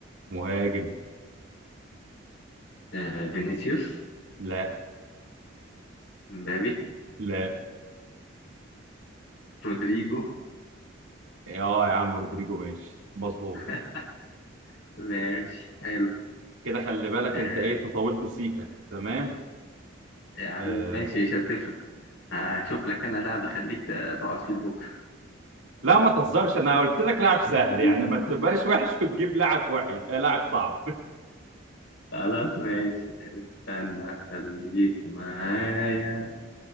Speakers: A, on the right; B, on the left.
A: مهاجم
B: آه. فينيسيوس
A: لا
B: مبابي
A: لا
B: رودريجو
A: اه يا عم رودريجو ماشي مظبوط
B: <laughs> ماشي حلو
A: كده خلي بالك
B: آه.
A: انت ايه أنت طولت سيكا تمام
B: يا عم
A: آه.
B: ماشي مش هتفرق هشوف لك أنا لاعب أخليك ت- تقعد فيه لبكرة
A: لا ما تهزرش انا قلت لك لاعب سهل
B: <laughs>
A: يعني ما تبقاش وحش وتجيب لاعب وحش آه، لاعب صعب
B: خلاص ماشي استنى أخليك معايا